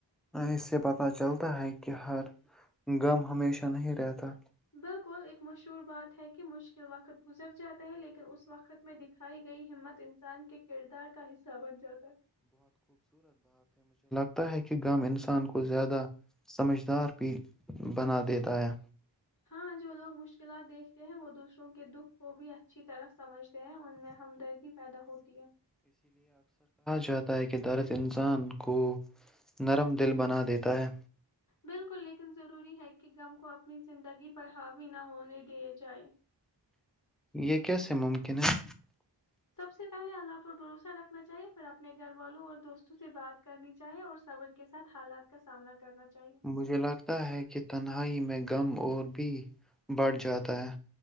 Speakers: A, in the centre; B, on the left.
A: اس سے پتہ چلتا ہے کہ ہر غم ہمیشہ نہیں رہتا
B: بالکل ایکک مشہور بات ہے کہ مشکل وقت گزر جاتا ہے لیکن اس وقت میں دکھائی گئی ہمت انسان کے کردار کا حصہ بن جاتا ہے
A: ہوتا ہے کہ غم انسان کو زیادہ سمجھدار بھی بنا دیتا ہے
B: ہاں جو لوگ مشکلات دیکھتے ہیں وہ دوسروں کے دکھ کو بھی اچھی طرح سمجھ ہیں ان میں ہمدردی پیدا ہوتی ہے
A: چتا ہے کہ دولت انسان کو نرم دل بنا دیتا ہے
B: بالکل لیکن ضروری ہے کہ غم کو اپنی زندگی پر حاوی نہ ہونے دے جائے
A: یہ کیسے ممکن ہے؟
B: سب سے پہلے اللہ پر بھروسہ رکھنا چاہیے پھر اپنے گھر والوں اور دوستوں سے بات کرنی چاہیے اور صبر کے ساتھ حالات کا سامنا کرنا چاہیے
A: مجھے لگتا ہے کہ تنہائی میں غم اور بھی بڑھ جاتا ہے